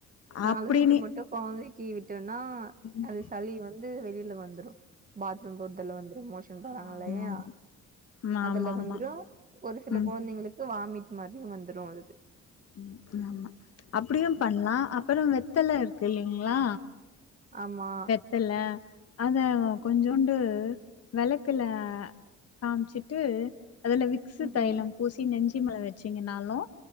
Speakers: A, on the right; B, on the left.
A: நாலு
B: அப்டின்னு
A: சொட்டு மட்டு கொழந்தைக்கு விட்டனா
B: ம்
A: இந்த சளி வந்து வெளில வந்துரு பாத்ரூம் போறதுல வந்துரு மோஷன் போறாங்கில்லயா
B: ஆமா ஆமா
A: அதுல
B: ஆமா ஆமா
A: வந்துரு ஒரு சில
B: ம்
A: கொழந்தைங்களுக்கு வாமிட் மாரியு வந்துரு அது
B: ம் ஆமா அப்டியு பண்லா அப்பறோ வெத்தலருக்கு இல்லிங்ளா
A: ஆமா
B: த்தல்ல அத கொஞ்சோன்டு வெளக்குல காம்ச்சிட்டு அதுல விக்ஸு
A: ம்
B: தைலம்
A: ம்
B: பூசி நெஞ்சு மேல வச்சீங்கனாலு